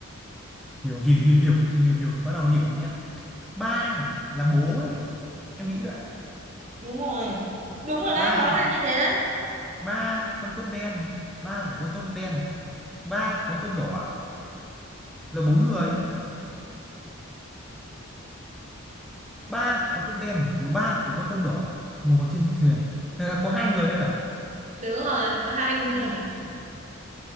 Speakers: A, in the centre; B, on the right.
A: hiểu hiểu hiểu hiểu hiểu hiểu bắt đầu hiểu nhá ba là bố này em nghĩ vậy
B: đúng rồi đúng rồi đấy
A: ba
B: nó là như thế đấy
A: ba con tốt đen ba của con tốt đen ba của con tốt đỏ là bốn người ba của con tốt đen này, mà ba của con tốt đỏ ngồi trên thuyền thế là có hai người đây à
B: đúng rồi có hai người